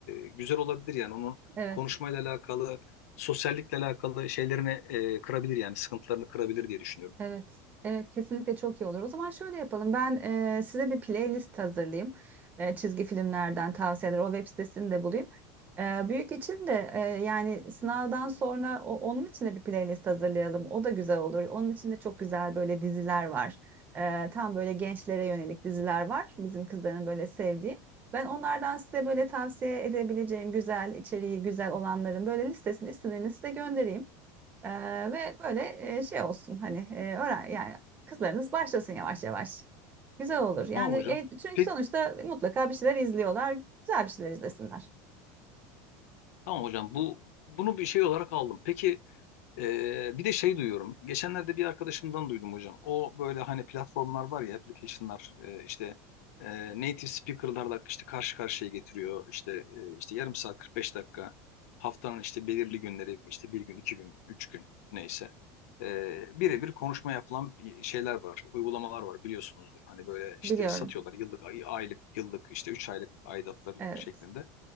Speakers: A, on the left; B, on the right.
A: güzel olabilir yani onun
B: Evet.
A: konuşmayla alakalı, sosyallikle alakalı şeylerini e, kırabilir yani sıkıntılarını kırabilir diye düşünüyorum.
B: Evet. Evet. Kesinlikle çok iyi olur. O zaman şöyle yapalım. Ben e, size bir playlist hazırlayayım. E, çizgi filmlerden tavsiyeler. O web sitesini de bulayım. E, büyük için de e, yani sınavdan sonra o, onun için de bir playlist hazırlayalım. O da güzel olur. Onun için de çok güzel böyle diziler var. E, tam böyle gençlere yönelik diziler var. Bizim kızların böyle sevdiği. Ben onlardan size böyle tavsiye edebileceğim güzel içeriği güzel olanların böyle listesini isimlerini size göndereyim. Eee, ve böyle eee, şey olsun hani eee, öğren yani kızlarınız başlasın yavaş yavaş. Güzel olur. Yani
A: Tamam hocam.
B: e, çünkü
A: Peki,
B: sonuçta mutlaka bir şeyler izliyorlar. Güzel bir şeyler izlesinler.
A: tamam hocam. Bu bunu bir şey olarak aldım. Peki Ee, bir de şey duyuyorum. Geçenlerde bir arkadaşımdan duydum hocam. O böyle hani platformlar var ya application'lar e, işte e, native speaker'larla işte karşı karşıya getiriyor. İşte e, işte yarım saat 45 dakika haftanın işte belirli günleri işte bir gün, iki gün, üç gün neyse. E, birebir konuşma yapılan şeyler var, uygulamalar var biliyorsunuzdur. Hani böyle işte
B: Biliyorum.
A: satıyorlar yıllık, ay- aylık, yıllık işte üç aylık aidatları
B: Evet.
A: şeklinde.